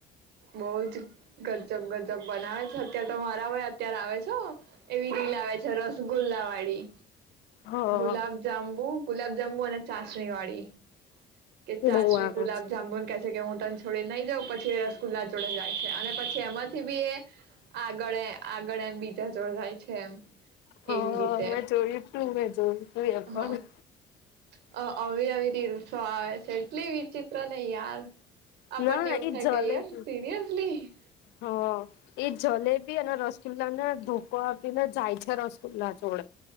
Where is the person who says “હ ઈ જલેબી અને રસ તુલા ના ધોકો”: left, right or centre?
Left